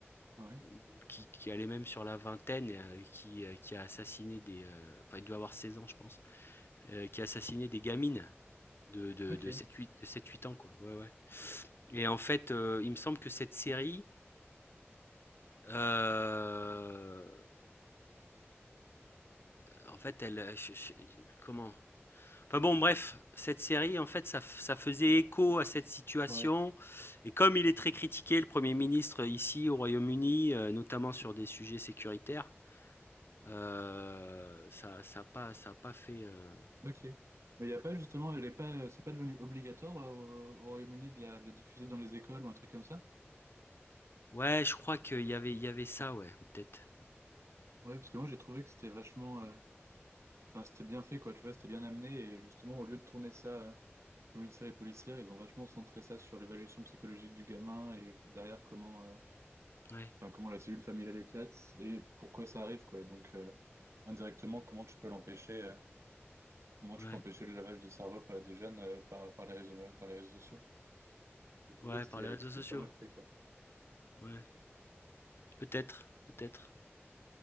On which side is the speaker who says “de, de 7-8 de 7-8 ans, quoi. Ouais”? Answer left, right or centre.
Left